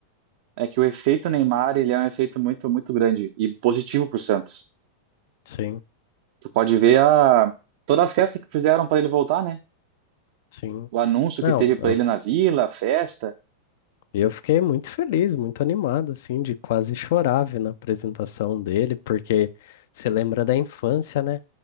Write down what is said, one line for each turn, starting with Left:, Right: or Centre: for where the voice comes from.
Right: É que o efeito Neymar, ele é um efeito muito, muito grande e positivo para o Santos.
Left: Sim,
Right: Tu pode ver a toda a festa que fizeram para ele voltar, né?
Left: sim.
Right: O anúncio
Left: Não,
Right: que teve para ele na Vila, a festa.
Left: E eu fiquei muito feliz, muito animado, assim, de quase chorar vendo a apresentação dele, porque você lembra da infância, né?